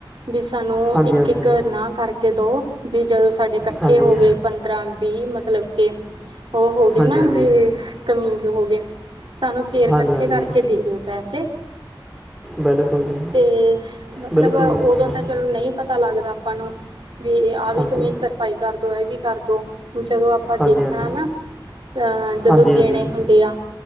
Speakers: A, on the right (about 75°); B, in the centre.
A: ਵੀ ਸਾਨੂੰ
B: ਹਾਂਜੀ
A: ਇੱਕ
B: ਹਾਂਜੀ
A: ਇੱਕ ਨਾ ਕਰਕੇ ਦੋ ਵੀ ਜਦੋਂ ਸਾਡੇ ਇਕੱਠੇ
B: ਹਾਂਜੀ
A: ਹੋ
B: ਹਾਂਜੀ
A: ਗਏ ਪੰਦਰਾਂ ਵੀਹ ਮਤਲਬ ਕੇ ਉਹ ਹੋ ਗਏ
B: ਹਾਂਜੀ
A: ਨਾ ਵੀ ਕਮੀਜ਼ ਹੋ ਗਏ ਸਾਨੂੰ ਫਿਰ
B: ਹਾਂਜੀ
A: ਇਕੱਠੇ
B: ਹਾਂਜੀ
A: ਕਰਕੇ ਦੇ ਦਿਓ ਪੈਸੇ
B: ਬਿਲਕੁਲ ਜੀ
A: ਤੇ ਮਤਲਬ
B: ਬਿਲਕੁਲ
A: ਉਦੋਂ
B: ਬਿਲਕੁਲ ਮੈਮ
A: ਤਾਂ ਚਲੋ ਨਹੀਂ ਪਤਾ ਲੱਗਦਾ ਆਪਾਂ ਨੂੰ ਵੀ ਆਹ ਵੀ
B: ਹਾਂਜੀ
A: ਕਮੀਜ਼ ਤਰਪਾਈ ਕਰਦੋ ਇਹ ਵੀ ਕਰਦੋ ਜਦੋਂ ਆਪਾਂ ਦੇਖਣਾ
B: ਹਾਂਜੀ ਹਾਂਜੀ
A: ਨਾ ਅ ਜਦੋਂ
B: ਹਾਂਜੀ
A: ਦੇਣੇ
B: ਹਾਂਜੀ
A: ਹੁੰਦੇ ਆ